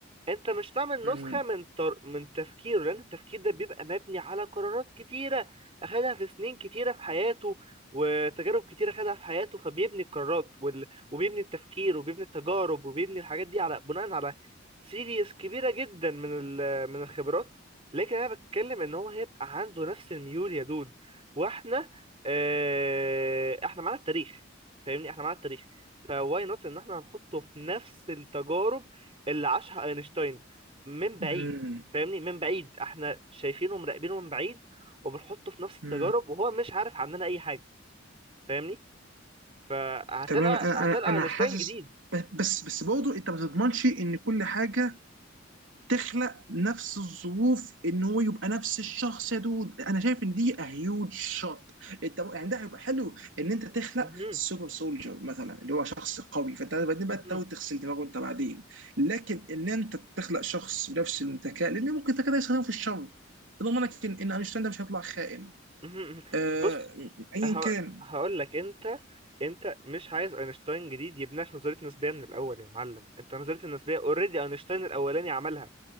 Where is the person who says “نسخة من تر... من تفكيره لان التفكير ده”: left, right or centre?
Right